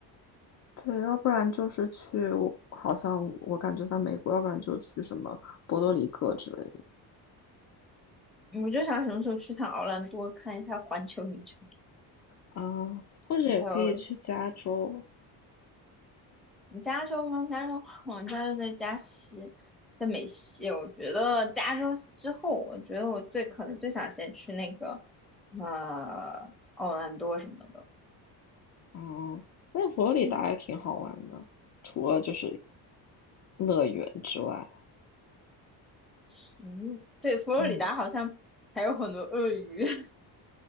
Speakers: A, on the left; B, in the centre.
A: 对，要不然就是去，好像我感觉在美国，要不然就去什么波多黎各之类的。
B: 我就想什么时候去趟奥兰多看一下环球影城，
A: 啊，或者也可以去加州。
B: 还有你加州吗？加州，嗯，加州在加西，在美西。我觉得加州之后，我觉得我最可能最想先去那个，呃，奥兰多什么的。
A: 哦，那佛罗里达也挺好玩的，
B: 嗯，
A: 除了就是乐园之外，
B: 行，对，佛罗里达好像还有很多鳄鱼，
A: 嗯，
B: <laughs>